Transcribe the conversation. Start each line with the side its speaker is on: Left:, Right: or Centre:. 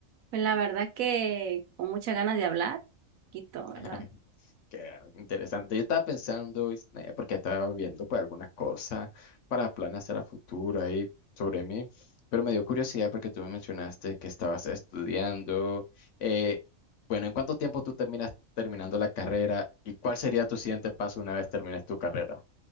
Right: Pues la verdad que con muchas ganas de hablar, poquito, ¿verdad?
Left: <laughs> Qué interesante. Yo estaba pensando, es- Naya, porque estaba viendo pues algunas cosas para planes a la futura y sobre mí, pero me dio curiosidad porque tú me mencionaste que estabas estudiando. Eh, bueno, ¿en cuánto tiempo tú terminas terminando la carrera y cuál sería tu siguiente paso una vez termines tu carrera